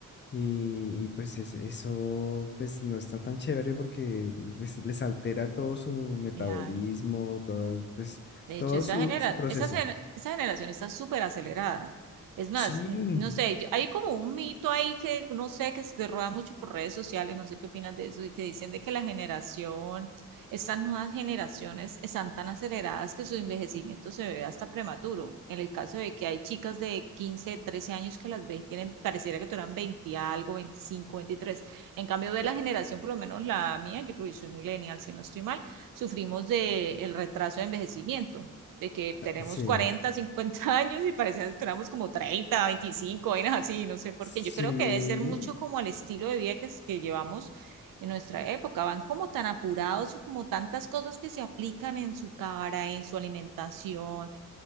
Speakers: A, on the left; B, on the right.
A: Y, y, pues es- eso pues no está tan chévere porque pues, les altera todo su metabolismo,
B: Claro.
A: todo, pues,
B: De
A: todo
B: hecho, esa
A: Sí. su,
B: genera,
A: su proceso.
B: esa, gen- esa generación está súper acelerada. Es más,
A: Sí,
B: n- no sé, yo- hay como un mito ahí que no sé, que se rueda mucho por redes sociales, no sé qué opinas de eso, y que dicen de que la generación, estas nuevas generaciones están tan aceleradas que su envejecimiento se ve hasta prematuro. En el caso de que hay chicas de 15 13 años que las ves y tienen, pareciera que tuvieran 20 algo, veinticinco veintitrés En cambio, ve la generación, por lo menos la mía, yo creo que soy millennial, si no estoy mal sufrimos del el retraso de envejecimiento, de que tenemos
A: sí,
B: 40 50 <laughs> años y parecía que tenemos como 30 25 vainas así, no sé por
A: sí.
B: qué. Yo creo que debe ser mucho como el estilo de vida que, que llevamos en nuestra época, van como tan apurados y como tantas cosas que se aplican en su cara, en su alimentación,